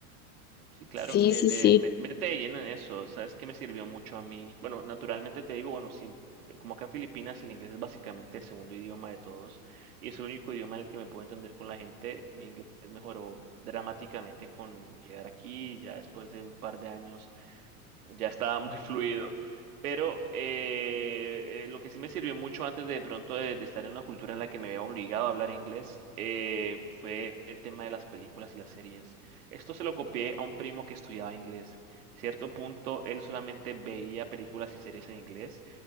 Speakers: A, on the right; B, on the left.
A: Sí, claro,
B: Sí,
A: eh,
B: sí,
A: de,
B: sí.
A: me- métete de lleno en eso, ¿sabes qué me sirvió mucho a mí? Bueno, naturalmente te digo, bueno, sí, como acá en Filipinas el inglés es básicamente el segundo idioma de todos y es el único idioma en el que me puedo entender con la gente, mi inglés mejoró dramáticamente con llegar aquí, ya después de un par de años ya estaba muy <laughs> fluido. Pero eh, eh, lo que sí me sirvió mucho antes de, de pronto de, de estar en una cultura en la que me había obligado a hablar inglés eh, fue el tema de las películas y las series. Esto se lo copié a un primo que estudiaba inglés. Cierto punto, él solamente veía películas y series en inglés.